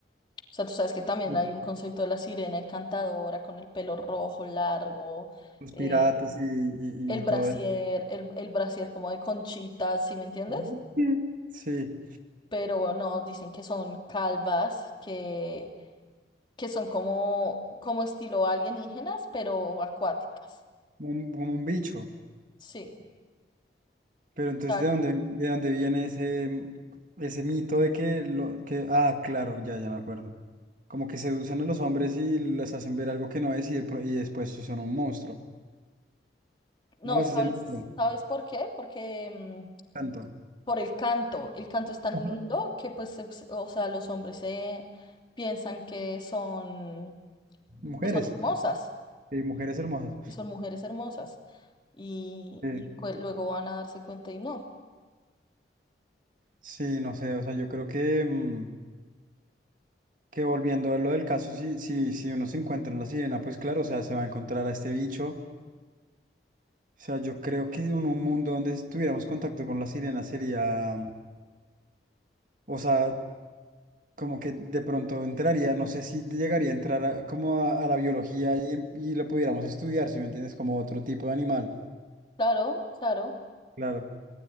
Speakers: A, on the left; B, on the right.
A: O sea, tú sabes que también
B: Y
A: hay un concepto de la sirena encantadora con el pelo rojo largo,
B: Los
A: eh,
B: piratas y, y-
A: el
B: y
A: brasier,
B: todo eso.
A: el, el brasier como de conchitas, ¿sí me entiendes?
B: Ujú. Sí,
A: pero no, dicen que son calvas, que, que son como, como estilo alienígenas, pero acuáticas.
B: como un, como un bicho.
A: Sí.
B: Pero
A: O
B: entonces,
A: sea,
B: ¿de dónde, de dónde viene ese, mm, ese mito de que lo que, ah, claro, ya, ya me acuerdo. Como que seducen a los hombres y les hacen ver algo que no es y, de pro- y después sí son un monstruo.
A: no,
B: No, ese
A: ¿sabes,
B: es el mito.
A: sabes por qué? Porque mm,
B: Tanto.
A: por el canto. El canto es tan
B: Ajá.
A: lindo que pues, es- o sea, los hombres se piensan que son,
B: Mujeres,
A: que son hermosas,
B: sí, mujeres hermosas.
A: que son mujeres hermosas. Y,
B: Sí.
A: y cue- luego van a darse cuenta y no.
B: Sí, no sé, o sea, yo creo que, mm, que volviendo a lo del caso, si, si, si uno se encuentra en la sirena, pues claro, o sea, se va a encontrar a este bicho. O sea, yo creo que en un mundo donde tuviéramos contacto con la sirena sería, mm, o sea, como que de pronto entraría, no sé si llegaría a entrar a- como a, a la biología y, em- y lo pudiéramos estudiar, si me entiendes, como otro tipo de animal,
A: Claro, claro.
B: Claro.